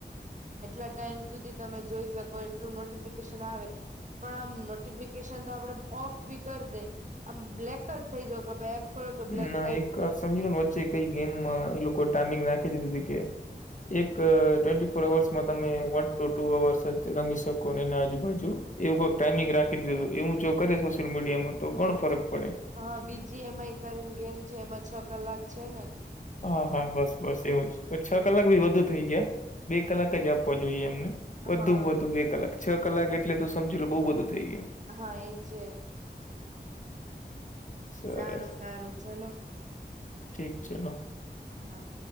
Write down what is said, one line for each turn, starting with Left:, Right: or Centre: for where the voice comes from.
Right: એટલા ટાઈમ સુધી તમે જોઈ શકો એટલું નોટિફિકેશન આવે પણ આમ નોટિફિકેશન તો આપણે ઓફ ભી કરી દે આમ બ્લેક જ થઈ જવો ખપે એપ ખોલો તો બ્લેક
Left: ના
Right: કઈ
Left: એક
Right: જ નહી
Left: આ સમજી લો ને વચ્ચે કઈ ગેમમાં એ લોકો ટાઈમિંગ નાખી દીધી તી કે એક અ ટ્વેન્ટી ફોર અવર્સમાં તમે વન ટુ ટુ અવર્સ જ રમી શકોને એના આજુબાજુ એવું કઈક ટાઈમિંગ રાખી દીધી એવું જો કરે સોશિયલ મીડિયામાં તો ઘણો ફરક પડે
Right: હા બીજી એમ આઈ કરીને ગેમ છે એમાં છ કલાક છે ને
Left: હા હા બસ બસ એવું જ છ કલાક ભી વધુ થઈ ગયા બે કલાક જ આપવા જોઈએ એમને વધુ
Right: હા
Left: માં વધુ બે કલાક છ કલાક એટલે તો સમજી લો બહુ બધું થઈ ગયા
Right: હા એ છે
Left: સરસ
Right: સારું સારું ચલો
Left: ઠીક છે ના
Right: હા